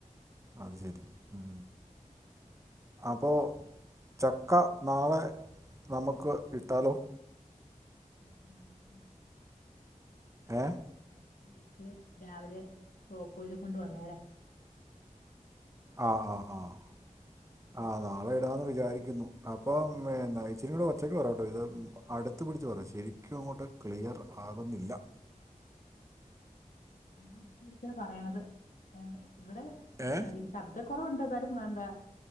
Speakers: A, on the right; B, on the left.
A: അത് ശരി ഉം അപ്പൊ ചക്ക നാളെ നമുക്ക് ഇട്ടാലോ
B: <unintelligible>
A: ഏഹ്
B: ന ഇട്ട് രാവിലെ സോപ്പോല് കൊണ്ട് വന്നേരെ
A: ആഹ് ആഹ് ആഹ് ആഹ് നാളെ ഇടാന്ന് വിചാരിക്കുന്നു അപ്പം
B: ഉം, ഉം.
A: നയച്ചിരിടെ ഉച്ചക്ക് പറയാട്ടോ ഇത് അടുത്ത് പിടിച്ച് പറ ശരിക്കും അങ്ങോട്ട് ക്ലിയർ ആവുന്നില്ല
B: ഞാനിച്ചിരിച്ച പറയണത് ഏഹ് ഇവിടെ
A: ഏ
B: ചെറി ശബ്ദക്കുറവുണ്ട് എന്താലും എന്താ